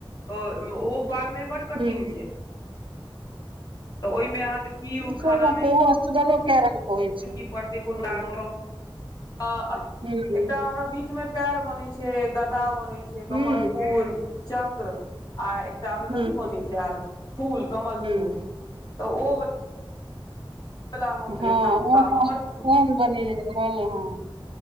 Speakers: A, on the left (about 45°); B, on the right (about 75°).
A: तऽ ओहो पारनाइ बड कठिन
B: हूं,
A: छै। तऽ ओहिमे अहाँके की
B: <unintelligible>
A: खाना मे
B: ओहो अष्टदलो के रंग के होइ छै
A: की पड़तैय <unintelligible> पऽल
B: हूँ
A: अ आ
B: हूँ
A: एकटा हमरा बीच मे पैर बनै छै गदा बनै छै के
B: हूँ
A: कमल फूल चक्र आ एक टामे
B: हूँ
A: कथी बने छै आर फूल कमल
B: हूँ
A: फूल तऽ ओ वला हम
B: हँ
A: तऽ
B: ओम हम
A: हमर
B: ओम बनेने रही हँ